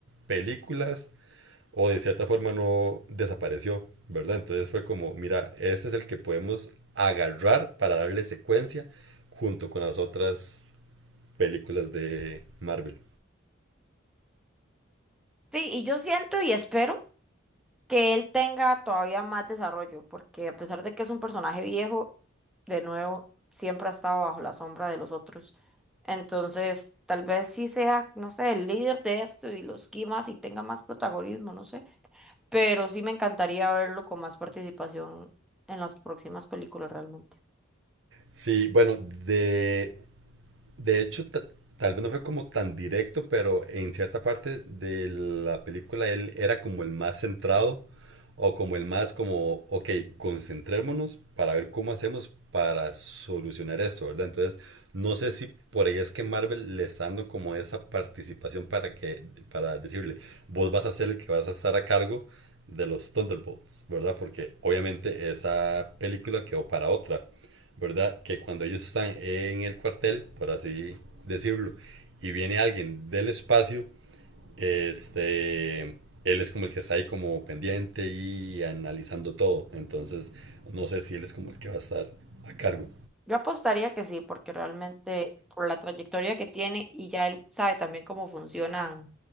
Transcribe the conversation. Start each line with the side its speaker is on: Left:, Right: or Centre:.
Right: películas o de cierta forma no desapareció, ¿verdad? Entonces fue como, mira, este es el que podemos agarrar para darle secuencia junto con las otras películas de Marvel.
Centre: Sí, y yo siento y espero. que él tenga todavía más desarrollo, porque a pesar de que es un personaje viejo, de nuevo, siempre ha estado bajo la sombra de los otros. Entonces, tal vez sí sea, no sé, el líder de esto y los quimas y tenga más protagonismo, no sé, pero sí me encantaría verlo con más participación en las próximas películas realmente.
Right: Sí, bueno, de De hecho, ta- tal vez no fue como tan directo, pero en cierta parte de la película él era como el más centrado o como el más como, ok, concentrémonos para ver cómo hacemos para solucionar esto, ¿verdad? Entonces, no sé si por ahí es que Marvel le está dando como esa participación para que, para decirle, vos vas a ser el que vas a estar a cargo de los Thunderbolts, ¿verdad? Porque obviamente esa película quedó para otra. ¿verdad? Que cuando ellos están en el cuartel, por así decirlo, y viene alguien del espacio, este, él es como el que está ahí como pendiente y analizando todo. Entonces, no sé si él es como el que va a estar a cargo.
Centre: Yo apostaría que sí, porque realmente por la trayectoria que tiene y ya él sabe también cómo funcionan